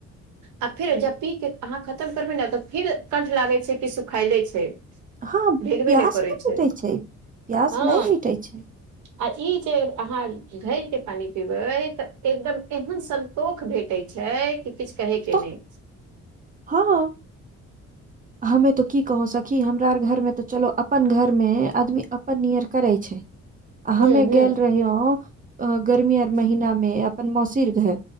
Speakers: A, on the right; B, on the right.
A: आ फेर जब पी के अहाँ खतम करबै ने तऽ फिर कंठ लागे छै कि सुखायले छै
B: हँ
A: भिगबे
B: प्यास
A: नय करै
B: नहि मिटै
A: छै
B: प्यास
A: हँ
B: नहि मिटै छै
A: आ ई जे अहाँ घैल के पानी पीबे तऽ एकदम एहन सं तोख भेटै छै कि किछ कहे के
B: तऽ
A: नै
B: हँ हमे तो की कहो सक की हमरा आर घर में तऽ चलो अपन घर मे आदमी अपन नियर करै छै
A: हूँ
B: हमे
A: हूँ
B: गेल रहियौ अ गर्मी आर महिना मे अपन मौसीर घर